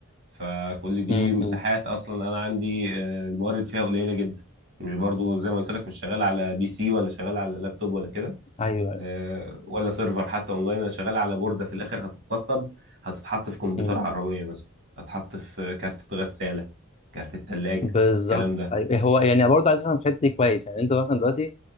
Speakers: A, on the right; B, on the left.
A: فكل دي
B: امم
A: مساحات اصلا انا عندي آه، الموارد فيها قليله جدا مش برضو زي ما قلت لك مش شغال على بي سي ولا شغال على لابتوب ولا كده
B: ايوه ايوه
A: آه، ولا سيرفر حتى اونلاين انا شغال على بورده في الاخر هتتسطب هتتحط في كمبيوتر
B: مم.
A: عربيه مثلا هتتحط في كارت غساله كارت الثلاجه
B: بالظبط
A: الكلام ده
B: ايوه إيه هو يعني برضه عايز افهم الحته دي كويس يعني انت مثلا دلوقتي